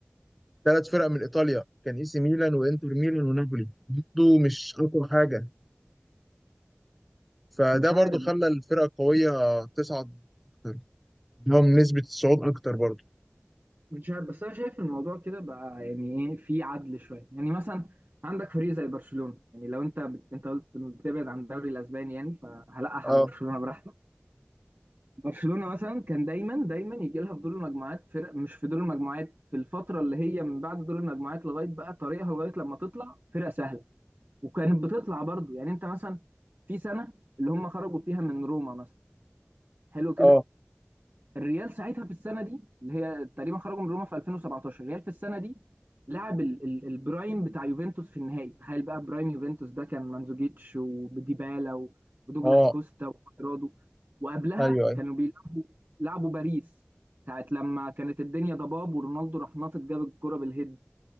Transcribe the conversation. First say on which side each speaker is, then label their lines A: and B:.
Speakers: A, in the centre; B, on the right.
A: ثلاث فرق من إيطاليا كان إيسي ميلان وإنتر ميلان ونابولي برضه مش أقوى حاجة فده
B: مش عارف
A: برضه خلى
B: بقى
A: الفرقة القوية تصعد أكتر لهم نسبة الصعود أكتر برضه
B: مش عارف بس انا شايف الموضوع كده بقى يعني ايه في عدل شويه يعني مثلا عندك فريق زي برشلونه يعني لو انت بت- انت قلت بتبعد عن الدوري الاسباني يعني فهلقح
A: اه
B: على برشلونه براحتك. برشلونة مثلا كان دايما دايما يجي لها في دور المجموعات فرق مش في دور المجموعات في الفترة اللي هي من بعد دور المجموعات لغاية بقى طريقها لغاية لما تطلع فرقة سهلة وكانت بتطلع برضو يعني انت مثلا في سنة اللي هم خرجوا فيها من روما مثلا حلو كده
A: اه
B: الريال ساعتها في السنه دي اللي هي تقريبا خرجوا من روما في 2017 الريال في السنه دي لعب ال- ال- البرايم بتاع يوفنتوس في النهائي تخيل بقى برايم يوفنتوس ده كان مانزوكيتش وديبالا و- ودوجلاس
A: اه
B: كوستا وكوادرادو وقبلها
A: ايوه ايوه
B: كانوا بيلعبوا لعبوا باريس ساعة لما كانت الدنيا ضباب ورونالدو راح ناطط جاب الكرة بالهيد